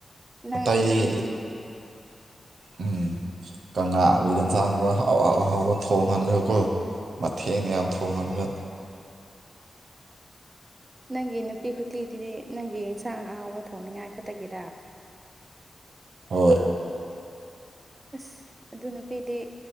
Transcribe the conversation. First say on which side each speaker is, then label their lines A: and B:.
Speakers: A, on the right (about 30°); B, on the right (about 80°).
A: ꯅꯪ
B: ꯑꯇꯩꯗꯒꯤꯗꯤ
A: ꯅꯨꯄꯤꯊꯤ
B: ꯎꯝ ꯀꯪꯂꯥ <unintelligible> ꯑꯦꯟꯁꯥꯡ ꯑꯍꯥꯎ ꯑꯍꯥꯎꯕ ꯊꯣꯡꯍꯟꯔꯀꯣ ꯃꯊꯦꯟ ꯌꯥꯝ ꯊꯣꯡꯍꯟꯒ
A: ꯅꯪꯒꯤ ꯅꯨꯄꯤ ꯈꯨꯊꯤꯗꯨꯗꯤ ꯅꯪꯒꯤ ꯑꯦꯟꯁꯥꯡ ꯑꯍꯥꯎꯕ ꯊꯣꯡꯅꯤꯉꯥꯏ ꯈꯛꯇꯒꯤꯔꯥ
B: ꯑꯣꯏ
A: ꯑꯁ ꯑꯗꯨ ꯅꯨꯄꯤꯗꯤ